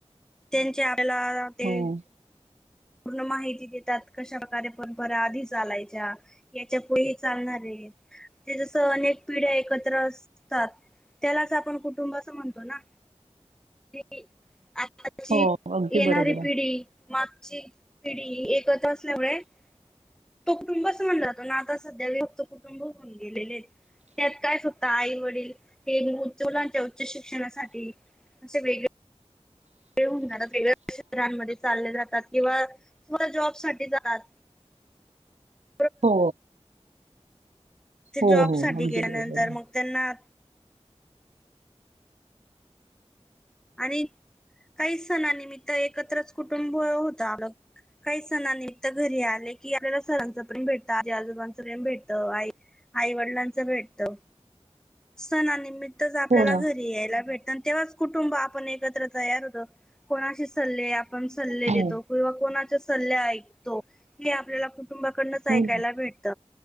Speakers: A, in the centre; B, on the right (about 80°).
A: त्यांच्या <unintelligible> आपल्याला ते.
B: हो
A: पूर्ण माहिती देतात कशाप्रकारे परंपरा आधी चालायच्या यांच्या पुढे ही चालणार हे. ते ते जसं अनेक पिढ्या एकत्र असतात. त्याला च आपण कुटुंब असं म्हणतो ना, <unintelligible> आताची
B: हो अगदी
A: येणारी
B: बरोबर आहे.
A: पिढी मात ची पिढी एकत असल्यामुळे तो कुटुंबच म्हणला जातो ना आता सध्या व फक्त कुटुंबच <unintelligible> म्हणो गेलेहेत त्यात काय सवःता आई वडील हे मुल चुल ते उच्च शिक्षणासाठी असे वेगळे ते होणार चं <unintelligible> आहे गं शेतामध्ये चालले जातात किंवा स् जॉब साठी जातात <unintelligible>
B: हो.
A: ते
B: हो
A: जॉब
B: हो
A: साठी
B: अगदी
A: गेल्यानंतर
B: बरोबर आहे.
A: मग त्यांना आणि काही सणा निमित्त एकत्रच कुटुंब होत आपलं. काही सणां निमित्त घरी आले की आपल्याला सरांच प्रेम भेटत आजी आजोबांचं प्रेम भेटत आई आईवडिलांच भेटत सणा निमित तिथं च आपल्याला
B: हो ना.
A: घरी यायला भेटणं तेव्हाच कुुंटंब आपण एकत्र तयार होतो कोणाशी सल्ले आपण सल्ले
B: हो
A: देतो किंवा कोणाच स सल्ले ऐकतो हे आपल्याला कुटुंबा कडनचं
B: हो
A: ऐकायला
B: ना
A: भेटत